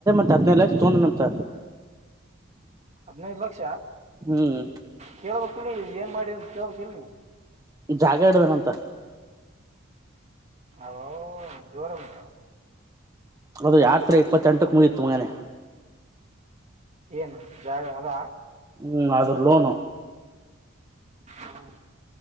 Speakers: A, on the right (about 15°); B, on the right (about 35°).
A: ಹದಿನೈದು ಲಕ್ಷ ತಕೊಂಡಂನಂತ
B: ಹದ್ನೈದು ಲಕ್ಷ
A: ಹ್ಮ್
B: ಕೇಳಬೇಕಿ ಏನ್ ಮಾಡಿ ಅಂತ <unintelligible> ನಿ
A: ಜಾಗ ಇಡಿದಾನಂಥ
B: ಓಹೋ ಜೋರ ಉಂಟ
A: ಹೌದು ಯಾತ್ರೆ ಇಪ್ಪತ್ತ ಎಂಟಕ್ ಮುಗಿತ್ತು ಮಗನೆ
B: ಏನು ಜಾಗ ಅದ
A: ಹ್ಮ್ ಅದು ಲೋನು
B: ಹ್ಮ್